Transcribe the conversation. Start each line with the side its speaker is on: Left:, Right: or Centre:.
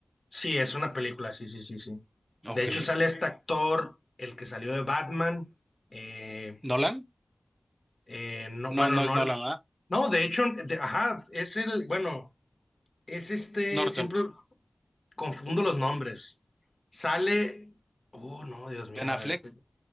Left: sí, es una película, sí, sí, sí, sí.
Right: Ok.
Left: De hecho, sale este actor, el que salió de Batman, eh,
Right: ¿Nolan?
Left: Eh, no,
Right: No,
Left: bueno,
Right: no
Left: no,
Right: es Nolan, ¿verdad?
Left: no, de hecho, de- ajá, es el, bueno, es este,
Right: Norton.
Left: siempre confundo los nombres. Sale, oh, no, Dios mío,
Right: Ben
Left: a
Right: Affleck.
Left: ver, estoy,